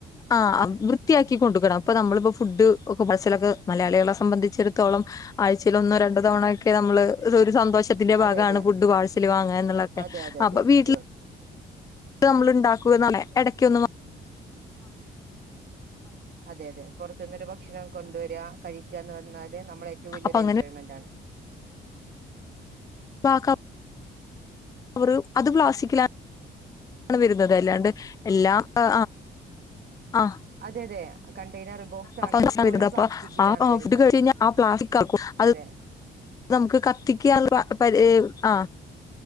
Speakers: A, on the left; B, on the right.
A: ആ വൃത്തിയാക്കി കൊടുക്കണം അപ്പൊ നമ്മളിപ്പോ ഫുഡ് ഒക്കെ പാർസലൊക്കെ മലയാളികളെ സംബന്ധിച്ചിടത്തോളം ആഴ്ച്ചേൽ ഒന്നോ രണ്ടോ തവണക്കെ നമ്മള് ഇത് ഒരു സന്തോഷത്തിന്റെ
B: അതെ
A: ഭാഗാണ്
B: അതെ
A: ഫുഡ് പാഴ്സല് വാങ്ങാ എന്നുള്ളതെക്കെ
B: അതെ അതെ അതെ
A: അപ്പൊ വീട്ടില്
B: ഷുവർ
A: നമ്മള് ഇണ്ടാക്കുവെന്നാണെ എടക്കൊന്ന് ന
B: അതെ അതെ പുറത്തുന്നൊരു ഭ ക്ഷണം കൊണ്ടുവരുക കഴിക്കുക എന്ന് പറഞ്ഞാല് നമ്മടെ ഏറ്റവും വലിയൊരു
A: അപ്പൊ അങ്ങനെ
B: എൻജോയ്മെന്റാണ്
A: വാക്കാം അവർ അത് പ്ലാസ്റ്റി‌ക്കിലാണ് വരുന്നത് അല്ലാണ്ട് എല്ലാം ആ ആ
B: അതെ അതെ കണ്ടെയ്നർ ബോക്സ്
A: അപ്പൊ
B: ആണെങ്കിൽ
A: <unintelligible>
B: പോലും
A: അപ്പ
B: പ്ലാസ്റ്റിക്കിലാണ്
A: ആ
B: വരുന്നത്
A: ഫുഡ് കഴിഞ്ഞ ആ പ്ലാസ്റ്റിക് ആക്കും അത്
B: അതെ
A: നമുക്ക് കത്തിക്കാനെള്ള ആ